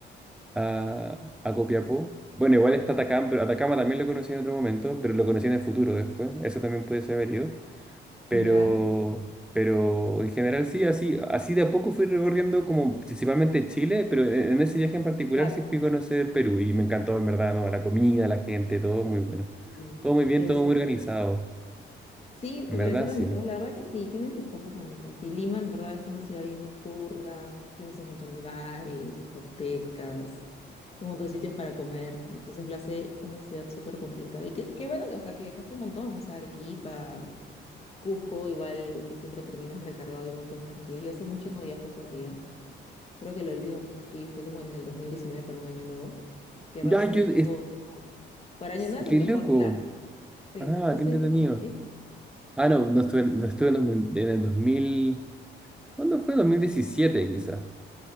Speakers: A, in the centre; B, on the left (about 30°).
A: a, a Copiapó. Bueno, igual está Atacama, pero Atacama también lo conocí en otro momento, pero lo conocí en el futuro después, eso también puede ser variado, pero,
B: Ya.
A: pero en general sí, así, así de a poco fui recorriendo como principalmente Chile, pero en en ese viaje en particular
B: Claro.
A: sí fui a conocer Perú y me encantó en verdad, ¿no? La comida, la gente, todo muy bueno,
B: Mm,
A: todo muy bien,
B: Es
A: todo
B: súper.
A: muy organizado,
B: Sí,
A: en
B: te
A: verdad
B: parece organizado.
A: sí.
B: La verdad que sí, tiene sus cosas bonitas. Y Lima en verdad es una ciudad bien nocturna, tienes un montón de bares, discotecas, un montón de sitios para comer. Entonces lo hace una ciudad súper completa. Y qué, qué bueno que, o sea, que viajaste un montón, o sea, Arequipa, Cusco, igual que siempre terminas recargado de un montón de energía. Yo hace mucho no viajo por allá. Creo que lo último que fui fue como en el 2019 para un año nuevo, que realmente
A: Ya, yo,
B: en Cusco,
A: es-
B: para año
A: S-
B: nuevo
A: ¡Qué
B: es el mejor
A: loco!
B: plan. Sí,
A: Ah,
B: ¿tú estuviste
A: qué entretenido.
B: también ahí?
A: Ah, no, no estuve, no estuve en, dos mil- en el 2000. ¿Cuándo fue? 2017, quizá.